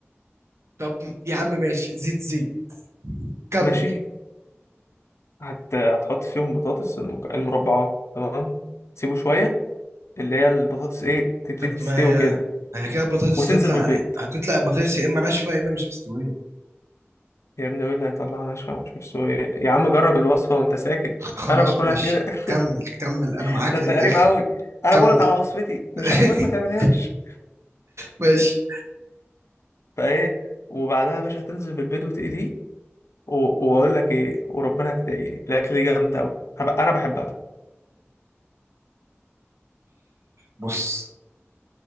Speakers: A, on the right; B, on the left.
A: طب يا عم ماشي زيت زيت كمل
B: ماشي هت... هتحط فيهم بطاطس المك- المربعات تمام تسيبه شوية اللي هي البطاطس إيه تبتدي
A: طب
B: تستوي
A: ما
B: كده
A: هي كده البطاطس
B: وتنزل
A: تطلع
B: بالبيض
A: هتطلع البطاطس يا اما ناشفه يا اما مش مستويه
B: يا ابني وإيه اللي هيطلعها ناشفة ومش مستوية يا عم جرب الوصفة وأنت ساكت
A: خ- خلاص
B: أنا باكلها
A: ماشي
B: كده <laughs>
A: كمل كمل انا معاك
B: ده أنت
A: للاخر
B: غريب أوي أنا
A: كمل
B: بقولك على وصفتي مش
A: <laughs>
B: عاجبك ما تعملهاش
A: ماشي
B: فإيه وبعدها يا باشا هتنزل بالبيض وتقليه و- واقول لك ايه وربنا هتدعي لي الاكل دي جامده قوي انا بحبها
A: بص